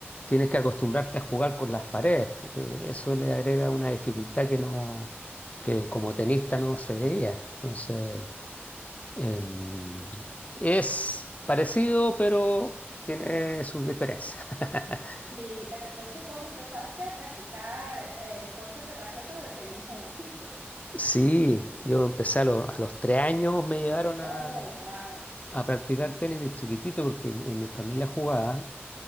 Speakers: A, on the left; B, on the right.
A: tienes que acostumbrarte a jugar con las paredes. porque eso le agrega una dificultad que no, que como tenista no se veía. Entonces, em, es parecido, pero tiene sus diferencias. <laughs>
B: Sí, pero entonces vos empezaste a practicar eh, deportes de raqueta desde bien jovencito.
A: Sí, yo empecé a, lo- a los tres años, me llevaron a,
B: Oh, wow,
A: a practicar tenis de chiquitito porque en, en mi familia jugaban